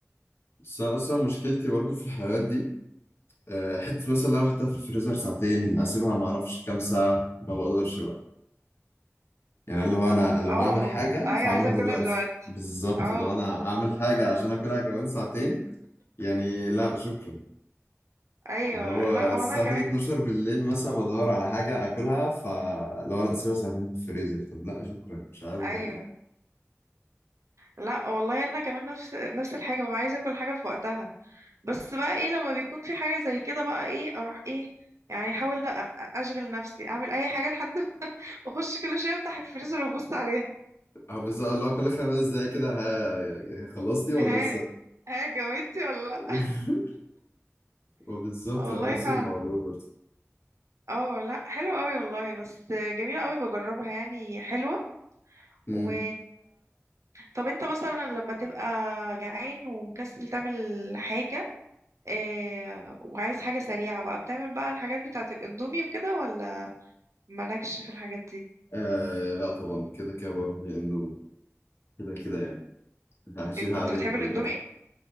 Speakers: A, on the left; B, on the right.
A: بس أنا اصلا مشكلتي برضو في الحلويات دي آه، حته مثلا لو احطها في الفريزر ساعتين اسيبها ما اعرفش كام ساعه ما بقدرش بقى يعني اللي هو انا لو
B: اه
A: هعمل حاجه
B: ايوه
A: فاعملها
B: عايزه اكلها
A: دلوقتي
B: دلوقتي
A: بالظبط
B: اه
A: لو انا اعمل حاجه عشان اكلها كمان ساعتين يعني لا شكرا
B: ايوه
A: اللي هو
B: لا
A: الساعه
B: وانا كمان
A: تيجي 12 بالليل مثلا بدور على حاجه اكلها فاللي هو لا اسيبها ساعتين في الفريزر طب لا شكرا مش عاوز
B: ايوه
A: اكل
B: لا والله انا كمان نفس نفس الحاجه ببقى عايزه كل حاجه في وقتها بس بقى ايه لما بيكون في حاجه زي كده بقى ايه اروح ايه يعني احاول أ- أ- اشغل نفسي اعمل اي حاجه لحد ما <laughs> اخش كل شويه افتح الفريزر وابص عليها
A: اه بالظبط اللي هو كل خمس دقايق كده ها يعني خلصتي
B: <laughs>
A: ولا
B: ها
A: لسه
B: ها جاوبتي ولا لا
A: <laughs> وبالظبط
B: والله
A: انا نفس
B: فعلا
A: الموضوع برضه
B: اه لا حلو قوي والله بس جميله قوي بجربها يعني حلوه
A: امم
B: و طب انت مثلا لما تبقى جعان ومكسل تعمل حاجه إيه وعايز حاجه سريعه بقى بتعمل بقى الحاجات بتاعه الاندومي وكده ولا مالكش في الحاجات دي
A: آه لا طبعا كده كده بروح للاندومي كده كده يعني عايشين
B: إن-
A: عليها
B: انت بتحب
A: كلنا
B: الاندومي